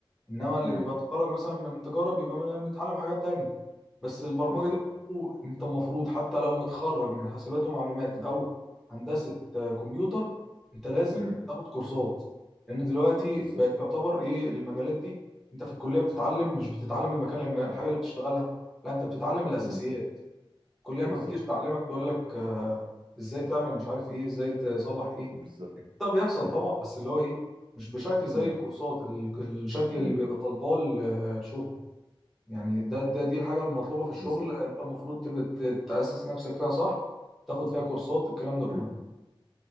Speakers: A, in the centre; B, on the right.
A: انما اللي
B: مم.
A: بيبقى متخرج مثلا من تجاره بيبقى م- متعلم حاجات تانية بس البرمجه
B: بالظبط
A: دي برضو انت المفروض حتى لو متخرج من حاسبات ومعلومات او
B: مم.
A: هندسه آه، كمبيوتر انت لازم
B: مم.
A: تاخد كورسات لان دلوقتي
B: بالظبط
A: بقت تعتبر ايه المجالات دي انت في الكليه بتتعلم مش بتتعلم المكان الم- الحاجه اللي بتشتغلها لا انت بتتعلم الاساسيات
B: مم.
A: الكليه
B: بالظبط
A: ما بتجيش تعلمك تقول لك آه، ازاي تعمل مش عارف ايه ازاي تصلح ايه
B: بالظبط
A: ده بيحصل
B: مم.
A: طبعا بس اللي هو ايه مش بشكل زي
B: مم.
A: الكورسات ال- الشكل اللي
B: مم.
A: بيبقى طالباه الشغل يعني ده, ده دي الحاجه المطلوبه في الشغل
B: بالظبط
A: انت المفروض تبقى ت- تاسس نفسك فيها صح تاخد فيها كورسات الكلام ده
B: مم.
A: كله